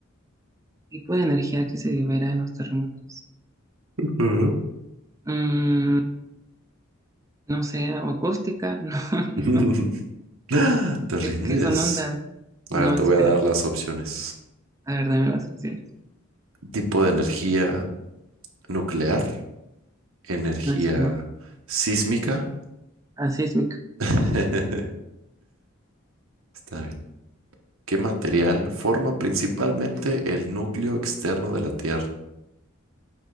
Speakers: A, on the right (about 15°); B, on the right (about 80°).
A: ¿Tipo de energía que se libera en los terremotos?
B: Ujú.
A: Mm, no sé, ¿o acústica? <laughs> No,
B: <laughs>
A: no.
B: ¿Te rindes?
A: Es que son ondas.
B: A
A: No,
B: ver, te
A: espérate.
B: voy a dar las opciones.
A: A ver, dame las opciones.
B: tipo de energía nuclear, energía
A: No, esa no.
B: sísmica.
A: Asísmica.
B: <laughs> Está bien. ¿Qué material forma principalmente el núcleo externo de la Tierra?